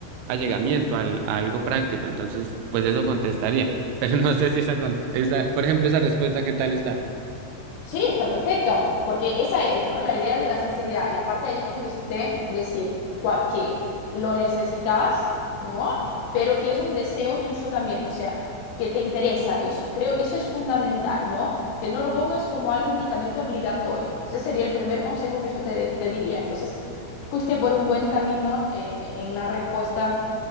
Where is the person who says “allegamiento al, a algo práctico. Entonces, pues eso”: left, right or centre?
Right